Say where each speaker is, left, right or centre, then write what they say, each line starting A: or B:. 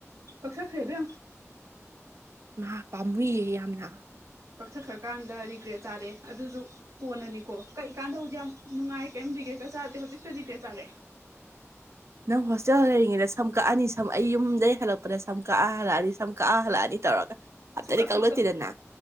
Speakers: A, on the right; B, on the right.
A: ꯀꯁꯥ ꯈꯩꯗꯣ
B: ꯃꯥ ꯄꯥꯝꯃꯨꯏꯌꯦ ꯌꯥꯝꯅ
A: ꯀꯛꯊꯠꯈ꯭ꯔꯀꯥꯟꯗ ꯔꯤꯒ꯭ꯔꯦꯠ ꯆꯥꯔꯦ ꯑꯗꯨꯁꯨ ꯀꯣꯟꯅꯅꯤꯀꯣ ꯀꯛꯀꯥꯟꯗꯕꯨꯖꯤꯗꯤ ꯌꯥꯝ ꯅꯨꯡꯉꯥꯏ ꯀꯩꯝꯇꯗꯤ ꯀꯩꯀ ꯆꯥꯔꯗꯦ ꯍꯧꯖꯤꯛꯇꯗꯤ ꯀꯦ ꯆꯥꯔꯦ
B: ꯅꯪ ꯍꯣꯁꯦꯜꯜꯗ ꯁꯝ ꯀꯛꯑꯅꯤ ꯁꯝ ꯑꯩ ꯌꯨꯝꯗꯒꯤꯩ ꯍꯜꯂꯛꯄꯗ ꯁꯝ ꯀꯛꯑ ꯍꯜꯂꯛꯑꯅꯤ ꯁꯝ ꯀꯛꯑ ꯍꯜꯂꯛꯑꯅꯤ ꯇꯧꯔꯒ ꯑꯝꯇꯗꯤ
A: ꯁꯨꯀꯥ
B: ꯀꯛꯂꯛꯇꯦꯗꯅ
A: ꯀꯛꯇꯣ